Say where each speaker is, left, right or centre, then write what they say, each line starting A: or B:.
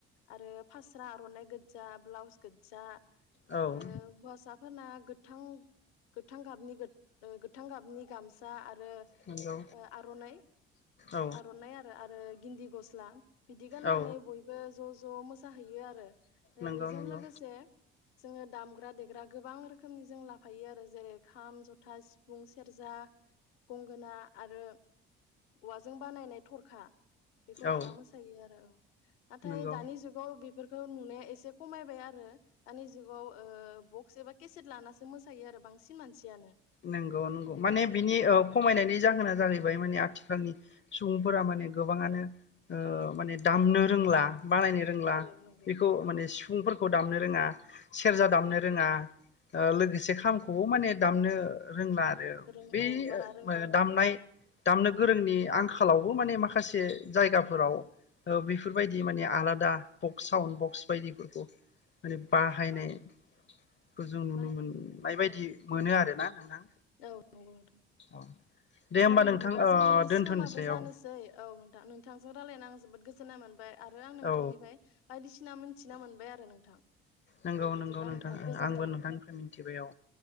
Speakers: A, on the left; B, on the left.
A: आरो फास्रा आर'नाइ गोजा ब्लाउस गोजा
B: औ
A: आरो हौवासाफोरना गोथां गोथां गाबनि गोद ओ गोथां गाबनि गामसा बो
B: नंगौ
A: ओ आर'नाइ
B: औ
A: आर'नाइ आरो गिन्दि गस्ला बिदि गाननानै
B: औ
A: बय ज' ज' मोसाहैयो आरो ओ
B: नंगौ
A: बेजों
B: नंगौ
A: लोगोसे जोङो दामग्रा दे गोबां रोखोमनि जों लाफायो आरो जेरै खाम जथा सिफुं सेरजा गंगोना आरो औवाजों बानायनाय थरखा बेखौ लाना
B: औ
A: मोसायो आरो औ थाय
B: नंगौ
A: दानि जुगाव बेफोरखौ नुनाया एसे खमायबाय आरो दानि जुगाव ओ बक्स एबा केसेट लानानानैसो मोसायो आरो बांसिन मानसियानो
B: नंगौ नंगौ
A: ओरै
B: माने बिनि
A: औ
B: ओ खमायनायनि जाहोना जाहैबाय माने आथिखालनि सुबुंफोरा माने गोबाङानो ओ माने दामनो रोंला बानायनो रोंला
A: औ नंगौ
B: बेखौ
A: औ
B: माने सिफुंफोर खौ दामनो रोङा सेरजा दामनो
A: औ
B: रोङा ओ लोगोसे खामखौबो माने दामनो रोंला आरो
A: रों
B: बे
A: औ बारा रोंबावला
B: दामनाय
A: औ
B: दामनो गोरोंनि आंखालावबो माने माखा माखासे जायगाफोराव ओ बेफोरबायदि माने आलादा बक्स साउन्ड बक्स बायदिफोरखौ माने बाहायनायखौ
A: औ
B: जों नुनो
A: बाहायनाय
B: मोननाय
A: नुनो
B: बायदि
A: औ
B: मोनो आरो ना नोंथां
A: औ नंगौ नोंथां
B: औ दे
A: नोंथां
B: होमबा
A: बिदिबा
B: ओ
A: जोंनि
B: दोनथ'नोसै
A: समाबो जानोसै
B: औ
A: औ नोंथां नोंथांजों रायलायनांगौ आं जोबोद गोजोननाय मोनबाय आरो
B: औ
A: आं नोंथांनिफाय बायदिसि ना मोनथिना मोनबाय आरो नोंथां
B: नंगौ
A: दे बिदिब्ला
B: नंगौ नोंथां
A: गोजोन्थों
B: आंबो नोंथांनिफ्राय मिथिबाय औ